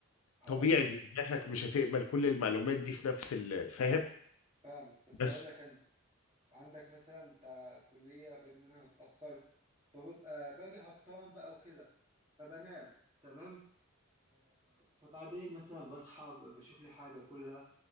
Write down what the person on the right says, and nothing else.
هقول
لك
اه فاهمك بس
اقول لك انا عندك مثلا انت كلية باجي منها متأخر فببقى باجي هبطان بقى وكده فبنام تمام آه، فبعدين مثلا بصحى بشوف لي حاجة كلها